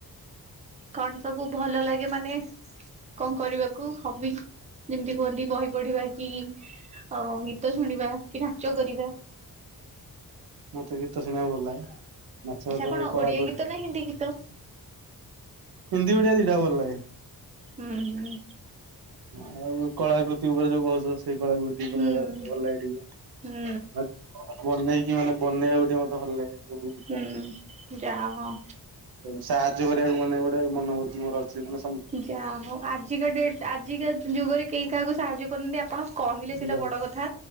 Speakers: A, on the right; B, on the right.
A: କଣ ସବୁ ଭଲ ଲାଗେ ମାନେ କଣ କରିବାକୁ ହବି? ଯେମିତି କୁହନ୍ତି ବହି ପଢିବା କି ଅ ଗୀତ ଶୁଣିବା କି ନାଚ କରିବା।
B: ମତେ ଗୀତ ଶୁଣିବାକୁ ଭଲ ଲାଗେ। ନାଚ
A: ଆଚ୍ଛା।
B: ବାଚ
A: କଣ
B: ଏଇ କଳାକୃତି
A: ଓଡିଆ ଗୀତ ନା ହିନ୍ଦୀ ଗୀତ?
B: ହିନ୍ଦୀ, ଓଡ଼ିଆ ଦିଟା ଆଙ୍କ ଭଲ ଲାଗେ।
A: ହୁଁ ହୁଁ।
B: ହୁ ଆଉ କଳାକୃତି ଉପରେ ଯୋଉ କହୁଛ। ସେ କଳାକୃତି ଉପରେ
A: ହୁଁ।
B: ଭଲ ଲାଗେ ଟିକେ
A: ହୁଁ ହୁଁ
B: କି ମାନେ ବନେଇବା ଗୋଟେ ମତେ ଭଲ ଲାଗେ। ଯୋଉ ଜିନିଷ।
A: ହୁଁ ଯାହା ହଉ।
B: ସାହାଯ୍ୟ କରିବାକୁ ମାନେ ଗୋଟେ ମନବୂର୍ତ୍ତି ମୋର ଅଛି ମାନେ
A: ଯା ହଉ ଆଜିକା ଡେଟ ଆଜିକା ଯୁଗରେ କେହି କାହାକୁ ସାହାଯ୍ୟ କରୁନାହାନ୍ତି ଆପଣ ଆପଣ କହିଲେ
B: ସମସ୍ତିଙ୍କି
A: ସେଇଟା ବଡ କଥା